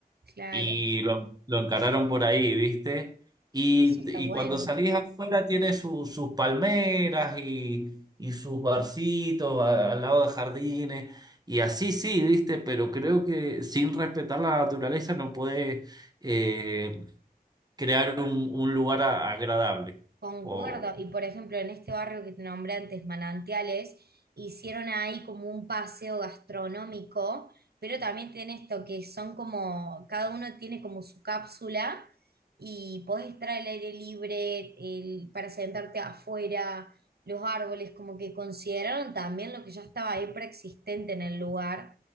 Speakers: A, on the right (about 80°); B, on the right (about 25°).
A: claro,
B: y lo, lo encararon por ahí, ¿viste? Y,
A: eso está
B: y
A: bueno.
B: cuando salís afuera tiene su- sus palmeras y, y sus barcitos a- al lado de jardines. Y así sí, ¿viste? Pero creo que sin respetar la naturaleza no podés eh, crear un, un lugar a- agradable.
A: Concuerdo,
B: O,
A: y por ejemplo, en este barrio que te nombré antes, Manantiales, hicieron ahí como un paseo gastronómico, pero también tiene esto que son como, cada uno tiene como su cápsula y podés estar al aire libre, el- para sentarte afuera, los árboles, como que consideraron también lo que ya estaba ahí preexistente en el lugar